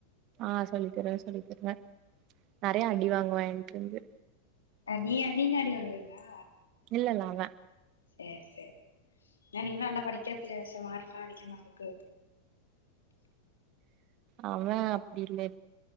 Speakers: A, on the right (about 40°); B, on the left (about 70°).
A: ஆஹ் சொல்லி தருவே சொல்லி தருவே நிறைய அடி வாங்குவ இருந்து
B: நீ நீங்க அடி வாங்குவீங்களா
A: இல்ல இல்லஅவ
B: செரி செரி நீங்கெ எல்லாம் படிக்கிற பிள்ளையா மார்க்லாம் அதிகமா இருக்கு
A: அவன் அப்படி இல்லலே